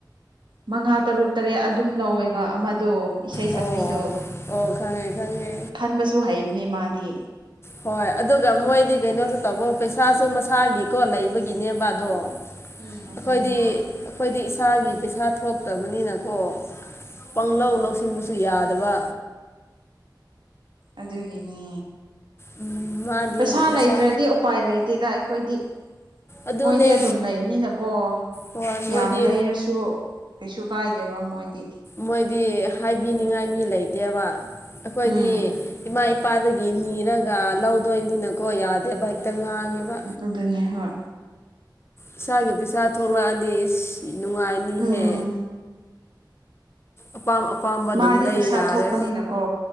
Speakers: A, on the right (about 80°); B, on the left (about 30°).
A: ꯃꯉꯥ ꯇꯔꯨꯛ ꯇꯔꯦꯠ ꯑꯗꯨꯝ ꯂꯧꯋꯦꯕ ꯑꯃꯗꯣ꯫ ꯏꯁꯩ
B: ꯑꯣ
A: ꯁꯛꯄꯤꯗꯣ
B: ꯑꯣ ꯈꯉꯦ ꯈꯉꯦ
A: ꯈꯟꯕꯁꯨ ꯍꯩꯕꯅꯦ ꯃꯥꯗꯤ
B: ꯍꯣꯏ ꯑꯗꯨꯒ ꯃꯣꯏꯗꯤ ꯀꯩꯅꯣꯁꯨ ꯇꯧꯕ ꯄꯩꯁꯥꯁꯨ ꯃꯁꯥꯒꯤꯀꯣ ꯂꯩꯕꯒꯤꯅꯦꯕ ꯑꯗꯣ ꯑꯩꯈꯣꯏꯗꯤ
A: ꯎꯝ ꯑꯗꯨꯅꯤ ꯍꯣꯏ
B: ꯑꯩꯈꯣꯏꯗꯤ ꯏꯁꯥꯒꯤ ꯄꯩꯁꯥ ꯊꯣꯛꯇꯕꯅꯤꯅꯀꯣ ꯄꯥꯡ
A: ꯎꯝ
B: ꯂꯧ ꯂꯧꯁꯟꯕꯁꯨ ꯌꯥꯗꯕ
A: ꯑꯗꯨꯒꯤꯅꯦ
B: ꯎꯝ ꯃꯥꯗꯤ
A: ꯄꯩꯁꯥ
B: ꯃꯁꯥ
A: ꯂꯩꯇ꯭ꯔꯗꯤ ꯎꯄꯥꯏ ꯂꯩꯇꯦꯗ ꯑꯩꯈꯣꯏꯗꯤ
B: ꯑꯗꯨꯅꯦ
A: ꯃꯣꯏꯗꯤ ꯑꯗꯨꯝ ꯂꯩꯕꯅꯤꯅꯀꯣ
B: ꯍꯣꯏ ꯃꯣꯏꯗꯤ
A: ꯌꯥꯝ ꯂꯩꯔꯁꯨ ꯀꯩꯁꯨ ꯀꯥꯏꯗꯦꯕ ꯃꯣꯏꯗꯤ
B: ꯃꯣꯏꯗꯤ ꯍꯥꯏꯕꯤꯅꯤꯡꯉꯥꯏ ꯃꯤ ꯂꯩꯇꯦꯕ ꯑꯩꯈꯣꯏꯗꯤ
A: ꯎꯝ
B: ꯏꯃꯥ ꯅꯨꯄꯥꯗꯒꯤ ꯅꯤꯔꯒ ꯂꯧꯗꯣꯏꯅꯤꯅꯀꯣ ꯌꯥꯗꯦꯕ ꯍꯦꯛꯇ ꯉꯥꯡꯉꯦꯕ
A: ꯑꯗꯨꯅꯤ ꯍꯣꯏ
B: ꯏꯁꯥꯒꯤ ꯄꯩꯁꯥ ꯊꯣꯛꯂꯛꯑꯗꯤ ꯅꯨꯡꯉꯥꯏꯅꯤꯍꯦ
A: ꯎꯝ
B: ꯑꯄꯥꯝ ꯑꯄꯥꯝꯕ ꯑꯗꯨꯝ
A: ꯃꯥꯗꯤ
B: ꯂꯩ
A: ꯄꯩꯁꯥ
B: ꯌꯥꯔꯦ
A: ꯊꯣꯛꯄꯅꯤꯅꯀꯣ